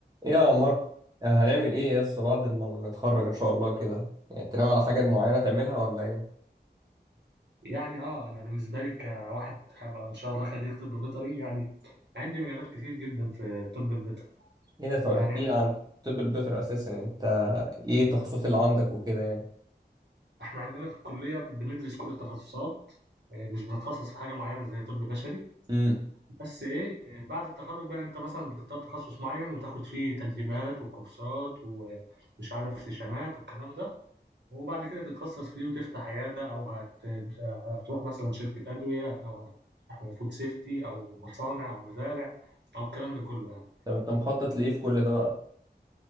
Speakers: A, on the right; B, on the right.
A: ايه يا ماركو آه، هنعمل ايه يس بعد ما نتخرج ان شاء الله كده يعني انت ناوي على حاجه معينه تعملها ولا ايه
B: يعني اه انا بالنسبه لي كواحد هبقى ان شاء الله خريج طب بيطري يعني عندي مجالات كتير جدا في الطب البيطري
A: ايه طب
B: يعني
A: احكي
B: عن-
A: لي عن طب البيطري اساسا يعني انت ايه التخصصات اللي عندك وكده يعني
B: احنا عندنا في الكليه بندرس كل التخصصات آه، مش بنتخصص في حاجه معينه زي طب بشري
A: امم
B: بس ايه آه، بعد التخرج بقى انت مثلا بتختار تخصص معين وتاخد فيه تدريبات وكورسات ومش عارف سيشنات والكلام ده وبعد كده تتخصص فيه وتفتح عياده او هت... هتروح مثلا شركه ادويه او هتروح فود سيفتي او مصانع او مزارع او الكلام ده كله يعني
A: طب انت مخطط لايه في كل ده بقى